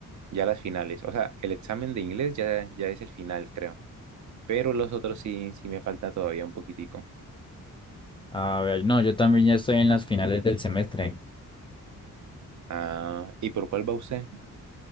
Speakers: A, on the right; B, on the left.
A: ya las finales. O sea, el examen de inglés ya, ya es el final, creo. Pero los otros sí, sí me falta todavía un poquitico.
B: A ver, no, yo también ya estoy en las finales del semestre.
A: Ah, ¿y por cuál va usted?